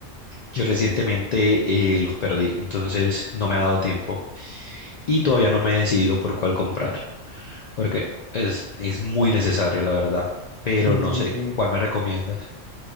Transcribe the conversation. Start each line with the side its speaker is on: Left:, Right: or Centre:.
Left: Yo recientemente eh, los perdí, entonces no me ha dado tiempo y todavía no me he decidido por cuál comprar, porque es, es muy necesario, la verdad. Pero
Right: Sí,
Left: no
Right: sí,
Left: sé,
Right: sí.
Left: ¿cuál me recomiendas?